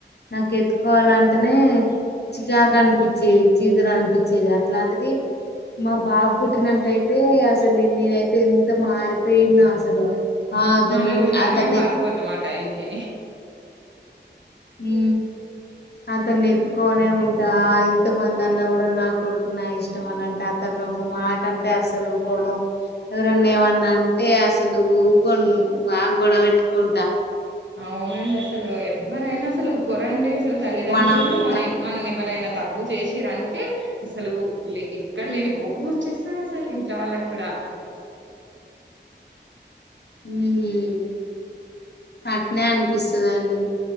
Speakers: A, on the left (about 65°); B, on the right (about 80°).
A: నాకు ఎత్తుకోవాలంటేనే చికాకు అనిపించేది చీదర అంటూ వచ్చేది అట్లాంటిది మా బాబు పుట్టినంకైతే అసలు నేనైతే ఇప్పుడు ఎంత మారిపోయినా అసలు ఆ అతని
B: మనం
A: అతన్ని
B: మనమే మారిపోతాం ఆ టైంకి
A: హు అతన్ని ఎత్తుకొనే ఉంటా ఇంతమంది అన్న కూడా నాకొడుక్ నా కొడుకు నా ఇష్టం అని అంట అతను ఒక మాట అంటే అస్సలు ఊకోను ఎవరన్న ఏమన్నా అంటే అసలు ఊకోను బాగ్ గొడవ పెట్ పెట్టుకుంటా.
B: అవునండి అసలు ఎవ్వరైనా అసలు ఉర్కోరండి అసలు తల్లిదండ్రులు
A: మనం
B: కూడా మన
A: తన-
B: మనని ఎవరైనా తక్కువ చేసిరంటే అసలు లే ఎక్కడ లేని కోపం వచ్చేస్తది అసలు ఇంట్లో వాళ్ళకి కూడా
A: మ్ అట్నే అనిపిస్తదండి